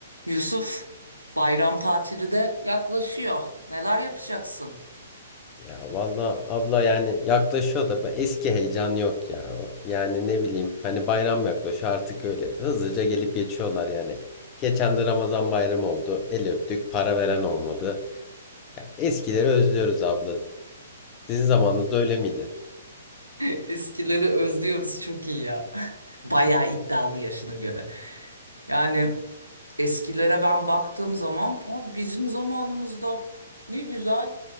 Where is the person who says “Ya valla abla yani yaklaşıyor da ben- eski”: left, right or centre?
Left